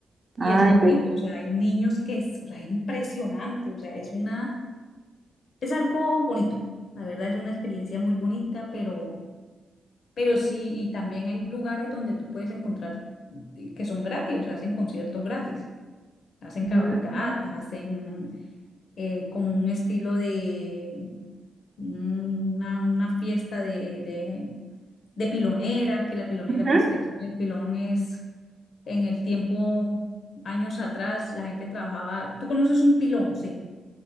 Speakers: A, on the left; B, on the right.
A: y
B: Ay,
A: es bonito,
B: qué.
A: o sea, hay niños que es, o sea, es impresionante, o sea, es una, es algo bonito, la verdad es una experiencia muy bonita, pero, pero sí, y también hay lugares donde tú puedes encontrar eh, que son gratis, o sea, hacen conciertos gratis. Hacen
B: Mm,
A: cabalgatas, hacen eh, como un estilo de una, una fiesta de, de, de pilonera, que la pilonera,
B: ujú.
A: pues la historia del pilón es en el tiempo, años atrás, la gente trabajaba, tú conoces un pilón, sí,